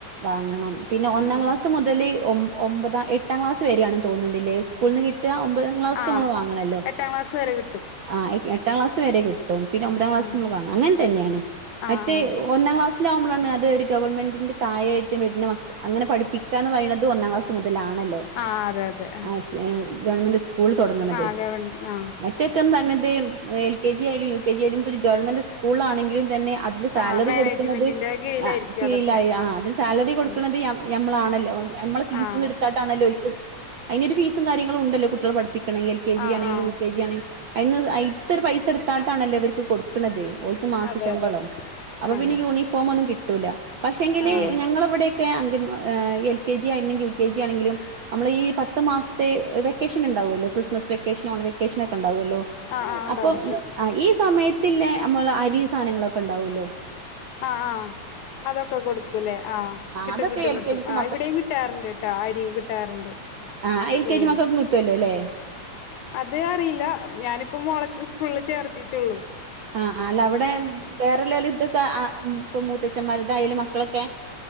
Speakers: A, on the right; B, on the left.
A: വാങ്ങണം പിന്നെ ഒന്നാം
B: ആഹ്
A: ക്ലാസ് മുതല് ഒമ്പ ഒമ്പതാം എട്ടാം ക്ലാസ് വരെയാണന്ന് തോന്നുന്നുണ്ട്ല്ലേ സ്കൂൾ ന്ന് കിട്ട് ട്ടാ ഒമ്പതാം ക്ലാസ്ക്
B: ആഹ്
A: നമ്മള് വാങ്ങണല്ലോ
B: എട്ടാം ക്ലാസ് വരെ കിട്ടും
A: ആഹ് എട്ടാം ക്ലാസ് വരെ കിട്ടും പിന്നെ ഒമ്പതാം ക്ലാസ്
B: ആഹ്
A: നമ്മള് വാങ്ങ അങ്ങനെ തന്നെയാണ്
B: ആഹ്
A: മറ്റ് ഒന്നാം ക്ലാസ് തിലാവുമ്പളാണ് അത് ഒരു ഗവൺമെന്റിന്റെ താഴെ ട്ട് വരുന്ന മക്ക അങ്ങനെ പഠിപ്പിക്കാന്ന് പറയുന്നത് ഒന്നാം ക്ലാസ് മുത തിലാണല്ലോ
B: ആഹ് അതെ അതെ
A: ആസ് ഏ ഗവൺമെന്റ് സ്കൂള് തൊടങ്ങ്ണത്
B: ആഹ് ഗവൺ ആഹ്
A: മറ്റൊക്ക്‌ ന്ന് പറഞ്ഞ എൽ കെ ജി ആയാലും യു കെ ജി ആയാലും ഇപ്പൊരു ഗവൺമെന്റ് സ്കൂള് ആണെങ്കിലും തന്നെ അതിന്റെ സാലറി
B: ആഹ് മാനേജ്മെന്റിന്റെ
A: കൊടുക്ക്‌ണത്
B: കീഴിലായിരിക്കും
A: ആ കിഴിലായി
B: അതൊക്കെ
A: ആ അതി സാലറി കൊടുക്കുന്നത്
B: ആഹ്
A: യ യമ്മളാ ണല്ലോ നമ്മളെ ഫീസ്ന്ന്
B: ആഹ്
A: എട്ത്താട്ടാണല്ലോ ഓൽക്ക് അയിന് ഫീസും കാര്യങ്ങളും ഉണ്ടല്ലോ കുട്ട്യേളെ പഠി പ്പിക്ക്‌ണേ എൽ കെ ജി
B: ആഹ്
A: യാണങ്കിലും
B: ആഹ്
A: യു കെ ജി യാണ അയിന്ന് അയ്ത്തൊരു പൈസ എടുത്താണ്ടണല്ലോ ഇവർക്ക് കൊടുക്കുന്നത് ഓൽക്ക് മാസ
B: അതെ
A: ശമ്പളം
B: അതെ
A: അപ്പൊ
B: ആഹ്
A: പിന്നെ യൂണിഫോമൊന്നും കിട്ടൂല പക്ഷെങ്കില്
B: ആഹ്
A: ഞങ്ങളവിടെ കെ അംഗൻ എൽ കെ ജി ആയിരുന്നങ്കിൽ യു കെ ജി ആണെങ്കിലും നമ്മള് ഈ പത്ത് മാസത്തെ വെക്കേഷന്ണ്ട് ഇണ്ടാവല്ലോ ക്രിസ്മസ് വെക്കേഷനും ഓണ വെക്കേഷനും ഒക്കെ ഇണ്ടാവല്ലോ
B: ആഹ് ആഹ് ഉണ്ടാവും
A: അപ്പൊ ഇ ഈ സമയത്തില്ലേ നമ്മള് അരി സാധനങ്ങളൊക്കെ ഇണ്ടാവല്ലോ
B: ആ ആ അതൊക്കെ കൊടുക്കുല്ലേ ആ കിട്ടും
A: അതൊക്കെ
B: കിട്ടും
A: എൽ
B: കിട്ടും
A: കെ ജിത്തെ
B: ആ ഇവിടെയും കിട്ടാറുണ്ട് കിട്ട അരി കിട്ടാറുണ്ട്
A: ആഹ്
B: സ്കൂളീന്ന്
A: എൽ കെ ജി മക്കക്കും കിട്ടല്ലോ ല്ലേ
B: അത് അറിയില്ല ഞാനിപ്പം മോളച്ച് സ്കൂള് ചേർത്തിട്ടൊള്ളു
A: ആഹ അല്ല അവടെ വേറെല്ലോല് ഇതൊക്കെ ആ ഇപ്പം മൂത്തച്ഛമാരുടെതായാലും മക്കളെക്കെ